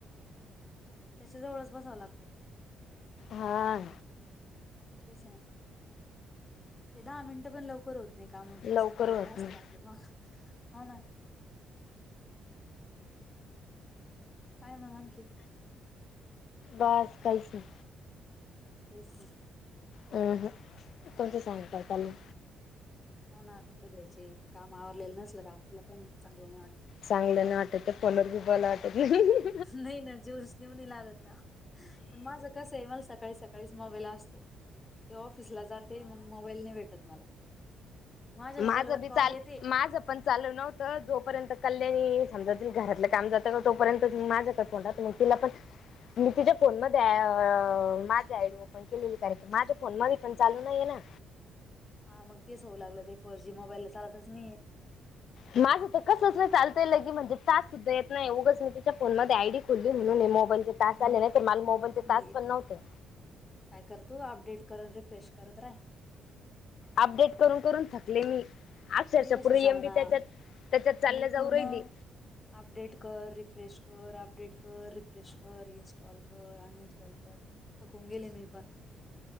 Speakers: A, on the left; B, on the left.
A: त्याच्या जवळच बसाव लागत.
B: हां.
A: तेच ना ते दहा मिनट पण लवकर होत नाही कामाच
B: लवकर
A: असं गरबड
B: होत
A: असतीया
B: नाही
A: आपल्या माग हो न. काय मग आणखी?
B: बास काहीच नाय.
A: कायच नाय.
B: अह तुमच सांगा काय चाललय?
A: हो ना, कपडे धुवायचे ते काम आवरलेलं नसल का आपल्याला पण चांगलं नाही वाटत.
B: चांगल नाही वाटत त्या फोन वर बी बोलाव वाटत नाही.
A: नाही ना जोर जीव नाही लागत ना पण माझ कसय मला सकाळी सकाळी च मोबाईल असतो ते ऑफि फिस ला जाते मग मोबाईल नाही भेटत मला. माझ्या मोबाईलवर
B: माझ बी
A: कॉल
B: चाल
A: येते
B: माझ पण चालू नव्हतं जोपर्यंत कल्याणी समजा तीन घरातलं काम जातं ना तोपर्यंतच माझ्या कड <unintelligible> मग तिला पण मी तिच्या फोन मध्ये माझं आ- डी ओपन केलेली कारण की माझ्या फोनमध्ये पण चालू नाहीये ना.
A: हा मग तेच होऊ लागलं की फोर जी मोबाईलला चालतच नाही.
B: माझं तर कसंच नाही चालतंय लय की म्हणजे टास्क सुद्धा येत नाही, उगच मी तिच्या फोन मध्ये आयडी खोलली म्हणून मी मोबाईल घेतला. तास
A: मग
B: आले नाही तर
A: एक
B: मला मोबाईल चे
A: मग
B: तास
A: एक
B: पण नव्हते.
A: काय कर तू अपडेट करून रिफ्रेश करत राह.
B: अपडेट करून-करून थकले मी. अक्षरशः
A: मी तसच
B: पूर एम
A: झालं
B: बी
A: ना
B: त्याच्यात, त्याच्यात चालल्या
A: मी
B: जाऊ
A: पूर्ण
B: राहिली.
A: अपडेट कर, रिफ्रेश कर, अपडेट कर, रिफ्रेश कर, इंस्टॉल कर, अनइंस्टॉल कर. थकून गेले मी पण.